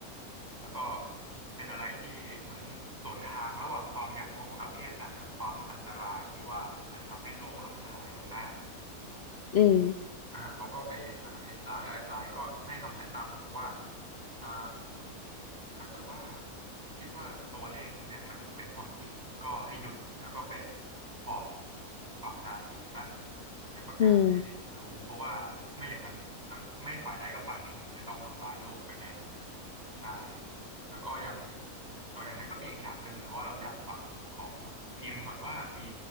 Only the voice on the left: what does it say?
อืม
อืม